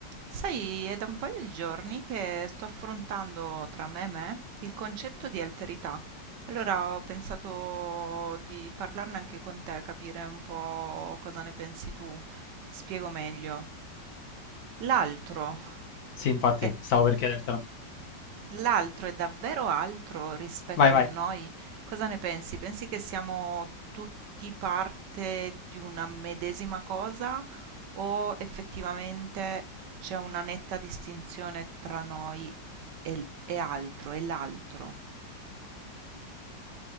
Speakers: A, on the right (about 75°); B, on the left (about 60°).
A: Sai, è da un paio di giorni che sto affrontando tra me e me il concetto di alterità. Allora ho pensato di parlarne anche con te, capire un po' cosa ne pensi tu. Spiego meglio. L'altro
B: Sì, infatti,
A: è
B: stavo per chiedertelo.
A: L'altro è davvero altro rispetto
B: Vai, vai.
A: a noi? Cosa ne pensi? Pensi che siamo tutti parte di una medesima cosa o effettivamente c'è una netta distinzione tra noi e, e altro, e l'altro?